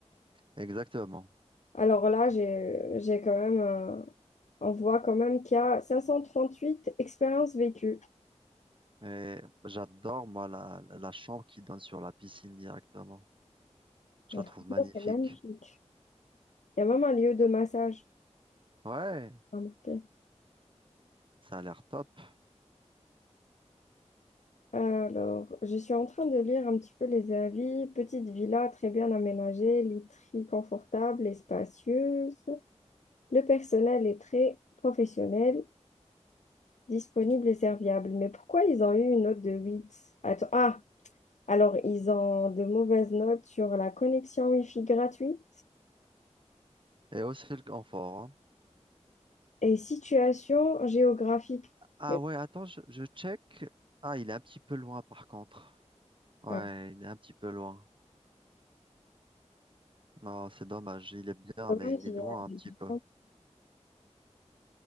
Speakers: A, on the right (about 45°); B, on the left (about 80°).
A: Exactement.
B: Alors là, j'ai j'ai quand même, un- on voit quand même qu'il y a 538 expériences vécues.
A: Et j'adore, moi, la, la chambre qui donne sur la piscine directement. Je
B: Donc,
A: la trouve
B: franchement,
A: magnifique.
B: C'est magnifique. Il y a même un lieu de massage,
A: Ouais,
B: remarqué.
A: ça a l'air top.
B: Alors, je suis en train de lire un petit peu les avis. Petite villa très bien aménagée, literie confortable et spacieuse. Le personnel est très professionnel, disponible et serviable. Mais pourquoi ils ont eu une note de huit Attends, ah, alors ils ont de mauvaises notes sur la connexion Wi-Fi gratuite
A: Et aussi le confort. hein.
B: et situation géographique.
A: Ah
B: Mais,
A: ouais, attends, je, je check. Ah, il est un petit peu loin, par contre. Ouais,
B: ah,
A: il est un petit peu loin. Non, c'est dommage. Il est bien,
B: dommage,
A: mais il est
B: il
A: loin
B: y
A: un petit peu.
B: a-